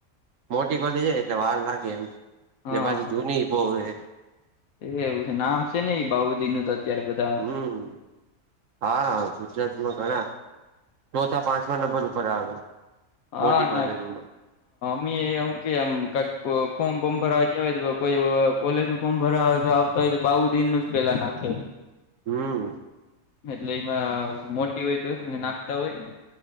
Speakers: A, on the right; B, on the left.
A: મોટી ગોલી જાય એટલે વાર લાગે એમ.
B: હા
A: ને પછી જૂની બહ એ.
B: એ એવું છે નામ છે ને એ બાઉદી નું. અત્યારે બધામાં
A: હમ હા. સમાં ઘણા ચોથા પાંચમા નંબર ઉપર આવે
B: હા
A: મોટી
B: નાક
A: <inaudible> <inaudible>
B: ્મી એમું કેમ કક ફોર્મ ફોર્મ ભરવા જવાય તો કોઈ કોલેજ નું ફોર્મ ભરવાય તો ય તો બઉુ દિન ન જ પેલા નાખે
A: હમ
B: એટલે એમાં મોટી હોય તો ને નાખતા હોય ને